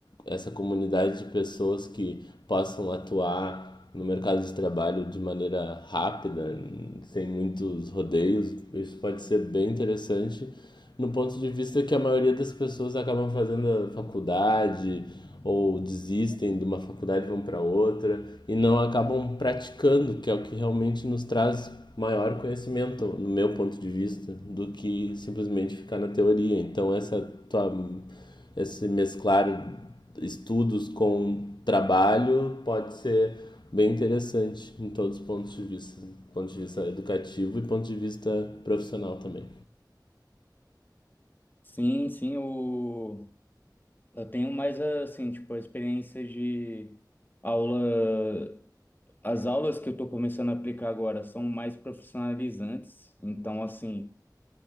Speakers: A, on the left (about 85°); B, on the left (about 25°).
A: essa comunidade de pessoas que possam atuar no mercado de trabalho de maneira rápida, sem muitos rodeios. Isso pode ser bem interessante no ponto de vista que a maioria das pessoas acabam fazendo a faculdade ou desistem de uma faculdade e vão para outra e não acabam praticando, que é o que realmente nos traz maior conhecimento, no meu ponto de vista, do que simplesmente ficar na teoria. Então essa tua esse mesclar estudos com trabalho pode ser bem interessante em todos os pontos de vista, ponto de vista educativo e ponto de vista profissional também.
B: Sim, sim, o, eu tenho mais, assim, tipo, a experiência de aula. As aulas que eu estou começando a aplicar agora são mais profissionalizantes, então, assim,